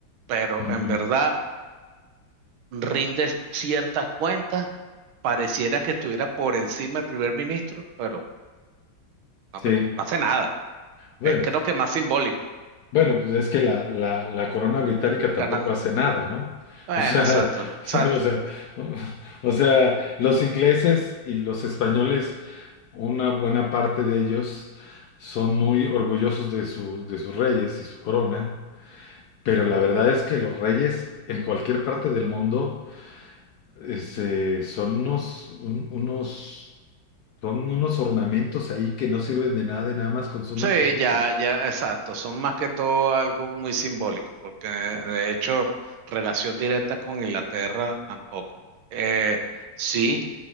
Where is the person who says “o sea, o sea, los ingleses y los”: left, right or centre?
Left